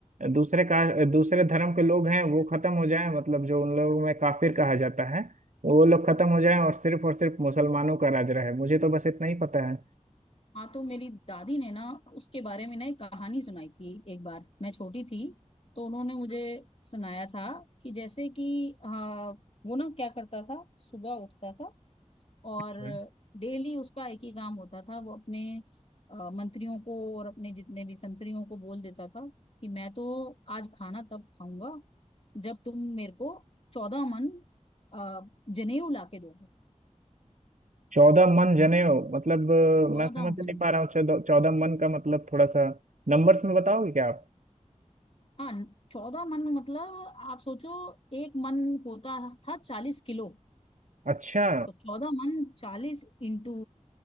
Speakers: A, on the right; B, on the left.
A: दूसरे का दूसरे धर्म के लोग हैं वो खत्म हो जाएं मतलब जो उन लोगों में काफिर कहा जाता है वो लोग खत्म हो जाएं और सिर्फ और सिर्फ मुसलमानों का राज रहे मुझे तो बस इतना ही पता है
B: हाँ तो मेरी दादी ने ना उसके बारे में ना एक कहानी सुनाई थी एक बार मैं छोटी थी तो उन्होंने मुझे सुनाया था कि जैसे कि अ, वो ना क्या करता था सुबह उठता था और
A: अच्छा।
B: डेली उसका एक ही काम होता था वो अपने अ, मंत्रियों को और अपने जितने भी संतरियों को बोल देता था कि मैं तो आज खाना तब खाऊंगा जब तुम मेरे को चौदह मन अ, जनेऊ ला के दोगे
A: चौदह मन जनेऊ मतलब अ,
B: चौदह
A: मैं समझ
B: मन
A: नहीं पा रहा हूँ चौदह मन का मतलब थोड़ा सा नंबर्स में बताओगे क्या आप
B: हाँ चौदह मन मतलब आप सोचो एक मन होता था चालीस किलो
A: अच्छा
B: तो चौदह मन चालीस इंटू